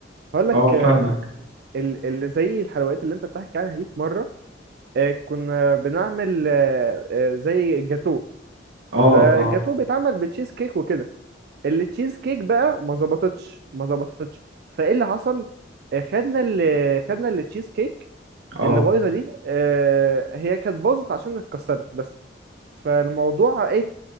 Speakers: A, on the right; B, on the right.
A: هقول لك
B: اه فاهمك
A: آه، ال- اللي زي الحلويات اللي انت بتحكي عنها دي في مره آه، كنا بنعمل آه، آه، زي جاتو
B: اه
A: فالجاتو
B: اه
A: بيتعمل بتشيز كيك وكده التشيز كيك بقى ما ظبطتش ما ظبطتش فايه اللي حصل آه، خدنا ال خدنا التشيز كيك
B: اه
A: اللي بايظه دي آه، هي كانت باظت عشان اتكسرت بس فالموضوع ايه